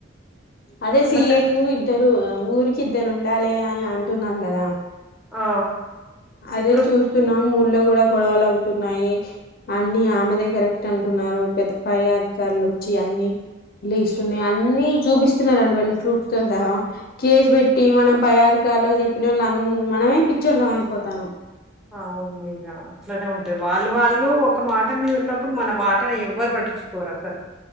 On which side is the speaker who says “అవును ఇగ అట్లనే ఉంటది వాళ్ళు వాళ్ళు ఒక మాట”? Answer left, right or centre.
Centre